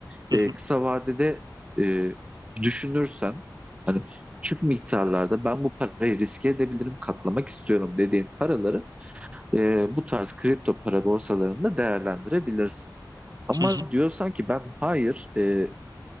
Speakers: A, on the right; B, on the right.
A: Hı
B: Ee,
A: hı,
B: kısa vadede e, düşünürsen hani küçük miktarlarda ben bu parayı riske edebilirim, katlamak istiyorum dediğin paraları e, bu tarz kripto para borsalarında değerlendirebilirsin. Ama
A: hı hı,
B: diyorsan ki ben hayır e,